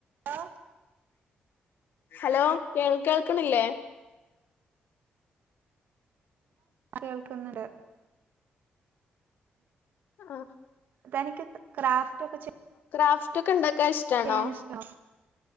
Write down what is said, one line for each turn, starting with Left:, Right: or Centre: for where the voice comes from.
Right: ഓ
Left: ഹലോ കേൾ കേൾക്കണില്ലേ
Right: കേൾക്കുന്നണ്ട്
Left: ആ
Right: തനിക്ക് ക്രാഫ്റ്റ് ഒക്കെ
Left: ക്രാഫ്റ്റ് ഒക്കെ ഉണ്ടാക്കാൻ ഇഷ്ടാണോ
Right: ചെയയാനിഷ്ട്ടോ